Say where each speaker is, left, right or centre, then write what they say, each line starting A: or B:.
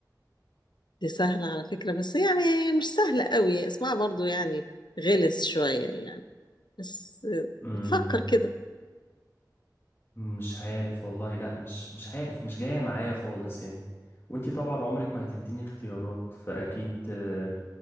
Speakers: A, on the left (about 85°); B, on the left (about 35°).
A: دي سهلة على فكرة بس يعني هي مش سهلة قوي اسمها برضو يعني غلس شوية يعني بس
B: مم.
A: آه، فكر كده
B: مش عارف والله لأ مش مش عارف مش جاية معايا خالص يعني وانتي طبعا عمرك ما هتديني اختيارات فأكيد آه،